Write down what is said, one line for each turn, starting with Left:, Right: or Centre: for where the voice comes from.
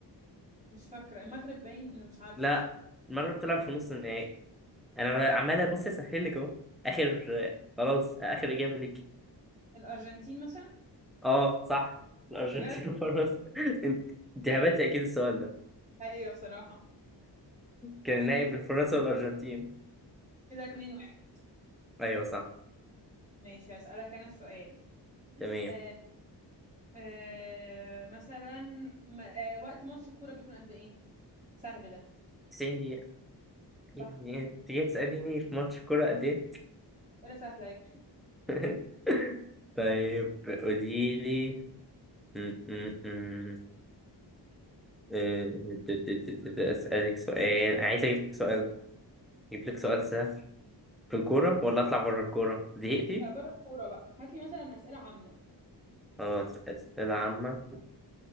Right: مش فاكرة المغرب باين مش عارفة
Centre: لا المغرب بتلعب في نص النهائي أنا عمال أبص أسهل لك أهو آخر خلاص آخر إجابة ليك
Right: الأرجنتين مثلا
Centre: أه صح الأرجنتين
Right: بجد؟
Centre: وفرنسا <laughs> أنت أنت هبتي أكيد السؤال ده
Right: أيوه بصراحة
Centre: كان النهائي
Right: بس
Centre: بين
Right: كده
Centre: فرنسا والأرجنتين
Right: كده اتنين واحد
Centre: أيوه صح
Right: ماشي هسألك أنا السؤال
Centre: تمام
Right: آه آه مثلا م- آه وقت ماتش الكورة بيكون قد إيه؟ سهل ده
Centre: 90 دقيقة
Right: صح
Centre: إيه- إيه؟ أنت جاي تسأليني في ماتش كورة قد إيه؟
Right: أسئلة سهلة أهي
Centre: <laughs> طيب قولي لي م- م- م. آه، د- د- د- د- د- أسألك سؤال عايز أجيب لك سؤال أجيب لك سؤال سهل في الكورة ولا أطلع بره الكورة زهقتي
Right: <laughs> بره الكورة بقى هات لي مثلا أسئلة عامة
Centre: خلاص أسئلة عامة